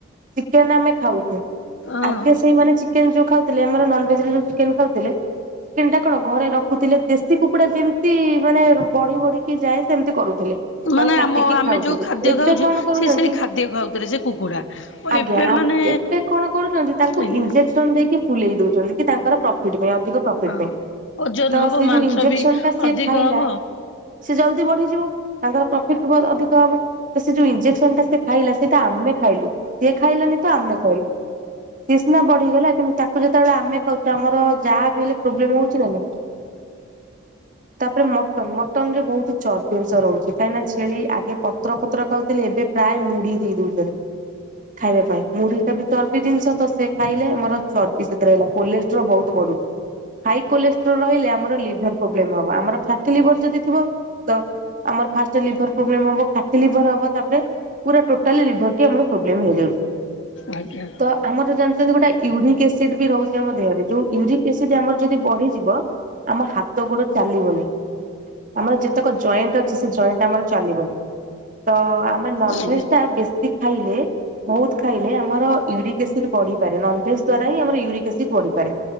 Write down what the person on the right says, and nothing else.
ଚିକେନ ଆମେ ଖାଉଛୁ
ଆଗେ ସେଇମାନେ ଚି ଚିକେନ ଯଉ ଖାଉଥିଲେ ଆମର ନନ୍ ଭେଜରେ ଜଉ ଚିକେନ ଖାଉଥିଲେ ଚିକେନ ଟା କଣ ଘରେ ରଖୁଥିଲେ ଦେଶୀ କୁକୁଡା ଯେମିତି ମାନେ ବଢି ବଢିକି ଯାଏ। ସେମିତି କରୁଥିଲେ
ତାକୁ କାଟିକି
ଖାଉଥିଲେ
ଏବେ
କଣ କରୁଛନ୍ତି
ଆଜ୍ଞା
ଆବ୍
ଏବେ କଣ କରୁଛନ୍ତି ତାଙ୍କୁ
ଇଜେକ୍ ସନ ଦେଇକି ଫୁଲେଇ ଦଉଛନ୍ତି କି ତାଙ୍କର ପ୍ରଫିଟ୍ ପାଇଁ ଅଧିକ ପ୍ର
ଫିଟ୍ ପାଇଁ
ତ
ସେ
ଯୋଉ ଇଞ୍ଜେକ୍ସନ
ଟା ସେ
ଖାଇଲା
ସେ ଜଲ୍ଦି ବଢିଯିବ। ତାଙ୍କର ପ୍ରଫିଟ୍ ବ ଅଧିକ ହବ। ତ ସେ ଯୋଉ ଇଞ୍ଜେକ୍ସନ୍ ଟା ସେ ଖାଇଲା ସେଇଟା ଆମେ ଖାଇଲୁ ସେ ଖାଇଲାନି ତ ଆମେ ଖାଇଲୁ। ସିଏ ସିନା ବଢିଗଲା କିନ୍ତୁ ତାକୁ ଯେତେବେଳେ ଆମେ ଖାଉଛୁ ଆମର ଯାହା ବି ହେଲେ ପ୍ରୋବ୍ଲେମ ହଉଛି ନା ନାହିଁ ତାପରେ ମଟନ ମଟନ ରେ ବହୁତ ଚର୍ବିଅଂଶ ରହୁଛି କାହିଁ ନା ଛେଳି ଆଗେ ପତ୍ର ପତ୍ର ଖାଉଥିଲେ ଏବେ ପ୍ରାୟ ମୁଢି ଦେଇ ଦଉଛନ୍ତି। ଖାଇବା ପାଇଁ ମୁଢି ଟା ବି ଚର୍ବି ଜିନିଷ ତ ସେ ଖାଇଲେ ଆମର ଚର୍ବି ସେଥିରେ ହେଲା କୋଲେଷ୍ଟ୍ର ବହୁତ ବଢୁଛି। ହାଇ କୋଲେଷ୍ଟ୍ରୋ ରହିଲେ ଆମର ଲିଭର ପ୍ରୋବ୍ଲେମ ହବ ଆମର ଫ୍ୟାଟି ଲିଭର ଯଦି ଥିବ ତ ଆମର ଫାଷ୍ଟ ଲିଭର ପ୍ରୋବ୍ଲେମ ହବ ଫ୍ୟାଟି ଲିଭର ହବ ତାପରେ ପୁରା ଟୋଟାଲି ଲିଭରଟି ଆମର ପ୍ରୋବ୍ଲେମ ହେଇଯାଉଛି।
ତ ଆମରତ ଜାଣିଛନ୍ତି ଗୋଟା ୟୁରିକ ଏସିଡ ବି ରହୁଛି ଆମ ଦେହରେ ଯୋଉ ୟୁରିକ ଏସିଡ ଯଦି ଆମର ଯଦି ବଢିଯିବ ଆମ ହାତ ଗୋଡ ଚାଲିବନି। ଆମର ଯେତକ ଜଏଣ୍ଟ ଅଛି ସେ ଜଏଣ୍ଟ ଆମର ଚାଲିବନି। ତ ଆମେ ନନ୍
ଭେଜ୍ ଟା ବେଶୀ ଖାଇଲେ ବହୁତ ଖାଇଲେ ଆମର ୟୁରିକ୍ ଏସିଡ ବଢିପାରେ ନନ୍ ଭେଜ୍ ଦ୍ୱାରା ହିଁ ଆମର ୟୁରିକ ଏସିଡ ବଢିପାରେ।